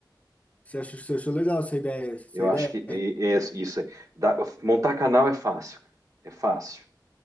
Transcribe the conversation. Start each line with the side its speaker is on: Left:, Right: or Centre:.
Left: Você acha, você achou legal essa ideia? Essa
Right: Eu
Left: ideia?
Right: acho que é, é isso aí. Dá- montar canal é fácil, cara. é fácil.